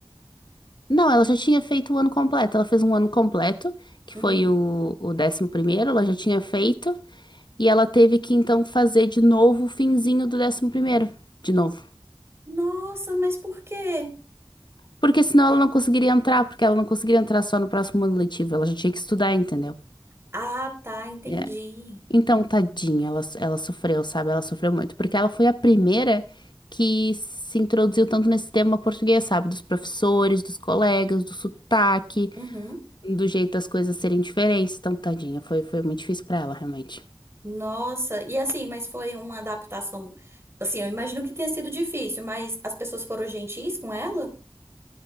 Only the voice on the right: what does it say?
uhum.
Nossa, mas por quê?
Ah, tá, entendi.
Uhum.
Nossa, e assim, mas foi uma adaptação. Assim, eu imagino que tenha sido difícil, mas as pessoas foram gentis com ela?